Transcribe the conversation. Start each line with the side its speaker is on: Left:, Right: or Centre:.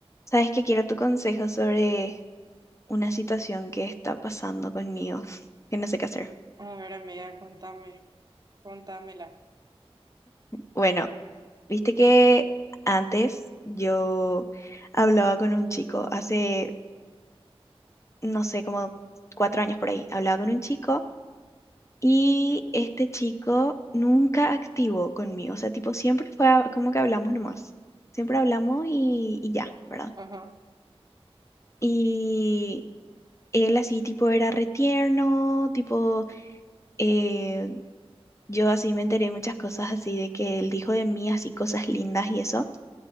Left: Sabes que quiero tu consejo sobre una situación que está pasando conmigo, <laughs> que no sé qué hacer.
Right: A ver, amiga, contame, contámela.
Left: Bueno, viste que antes yo hablaba con un chico, hace, no sé, como cuatro años por ahí, hablaba con un chico y este chico nunca activó conmigo, o sea, tipo, siempre fue a- como que hablamos nomás, siempre hablamos y, y ya, ¿verdad?
Right: Ajá.
Left: Y él así, tipo, era retierno, tipo... eh, Yo así me enteré muchas cosas así de que él dijo de mí, así cosas lindas y eso.